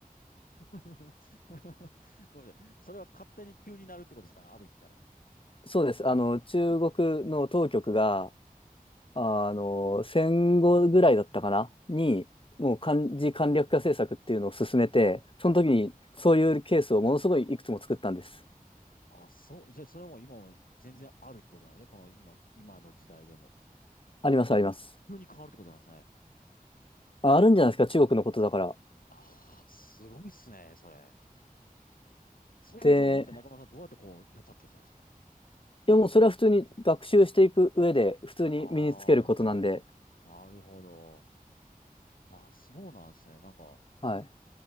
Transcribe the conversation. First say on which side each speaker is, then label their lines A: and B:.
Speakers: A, on the left; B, on the left.
A: <laughs> ごめんなさい。それは勝手に急になるってことですかねある日から。
B: そうです。あの、中国の当局が、あの、戦後ぐらいだったかなに、もう漢字簡略化政策っていうのを進めて、その時にそういうケースをものすごいいくつも作ったんです。
A: あ、そう。じゃあそれも今も全然あるってことなんですね。この今、今の時代でも。
B: あります、あります。
A: 今、急に変わるってことなんですね。
B: あ、あるんじゃないですか、中国のことだから。
A: ああ、すごいっすね、それ。そういう情報って中村さんどうやってこう、
B: で、
A: キャッチアップしてるんですか
B: いやもうそれは普通に学習していく上で、普通に身につけることなんで、
A: ああー、なるほど。なるほど。ああ、そうなんですね。なんか、
B: はい、